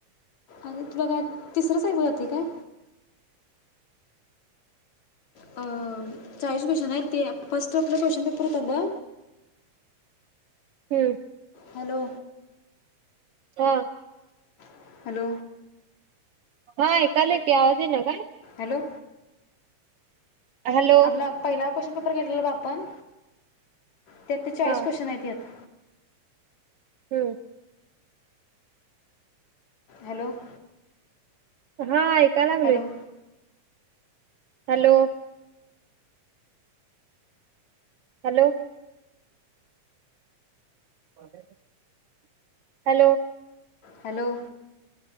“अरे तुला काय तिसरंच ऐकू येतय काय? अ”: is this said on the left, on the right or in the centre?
Left